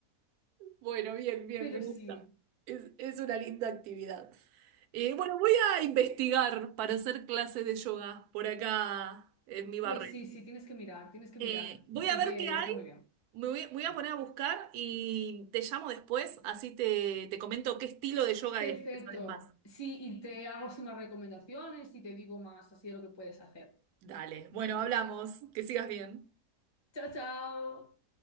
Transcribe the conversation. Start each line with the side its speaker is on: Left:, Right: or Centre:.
Right: Bueno, bien, bien,
Left: Pero
Right: me gusta.
Left: sí,
Right: Es, es una linda actividad. Eh, bueno, voy a investigar para hacer clases de yoga por acá en mi barrio.
Left: pues sí, sí, tienes que mirar, tienes que
Right: Eh,
Left: mirar,
Right: voy
Left: porque
Right: a ver qué hay,
Left: está muy bien.
Right: me voy, voy a poner a buscar y te llamo después, así te, te comento qué estilo de yoga
Left: Perfecto,
Right: es, que sabes más.
Left: sí, y te hago así más recomendaciones y te digo más así de lo que puedes hacer.
Right: Dale, bueno, hablamos, que sigas bien.
Left: Chao, chao.